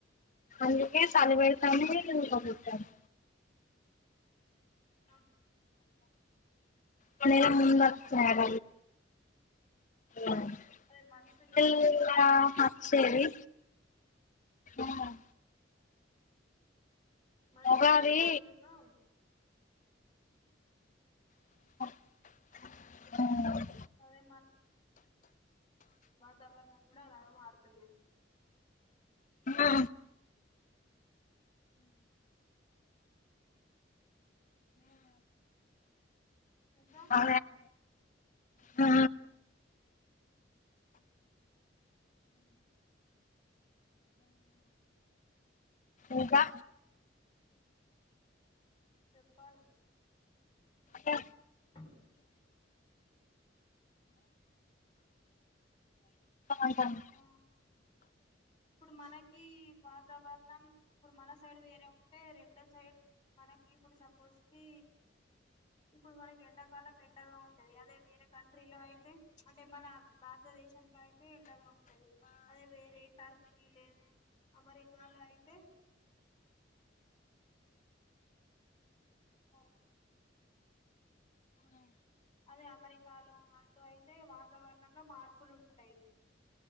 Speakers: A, on the left (about 45°); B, on the left (about 25°).
A: అందుకే సలి పెడు అందుకే ఇగ ఉడకపోతాంది
B: ఆ
A: ఒ నెల ముందాతయట అన్ని
B: అదే మనుషులు
A: ఎలదామా చేవి ఆ <inaudible>
B: మనుషులు
A: ఉగాది
B: ఎట్ల మారుతూర్రో
A: ఆ
B: అదే సవరనాలు కూడా అలాగే మారుతాయి
A: ఆ
B: ఇంకా
A: బా ఆ ఇంకా
B: చెప్పాలండి
A: అదే
B: - <inaudible>
A: అంటంది
B: ఆ ఇప్పుడు మనకి వాతావరణం ఇప్పుడు మన సైడ్ వేరే ఉంటే రెండో సైడ్ మనకి ఇప్పుడు సపోజ్ కి ఇప్పుడు మనకి ఎండాకాలం ఎండగా ఉంటది అదే వేరే కంట్రీలో అయితే అంటే మన భారతదేశంలో అయితే ఎండగా ఉంట ది అదే వేరే ట్రి లేదా అమెరికా లో అయితే - <inaudible> అదే అమెరికాలో అటూ అయితే వాతావరణంలో మార్పులు ఉంటయి